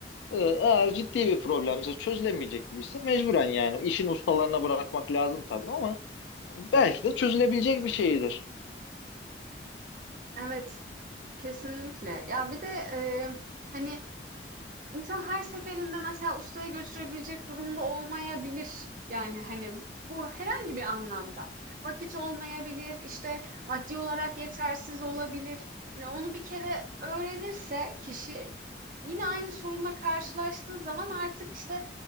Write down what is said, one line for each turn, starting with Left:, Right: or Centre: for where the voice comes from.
Left: ee, Eğer ciddi bir problemse çözülemeyecek gibiyse mecburen yani işin ustalarına bırakmak lazım tabii ama belki de çözülebilecek bir şeydir.
Right: Evet, kesinlikle. Ya bir de eee, hani İnsan her seferinde mesela ustaya götürebilecek durumda olmayabilir. Yani hani bu herhangi bir anlamda. Vakit olmayabilir, işte maddi olarak yetersiz olabilir. Yani onu bir kere öğrenirse kişi yine aynı sorunla karşılaştığı zaman artık işte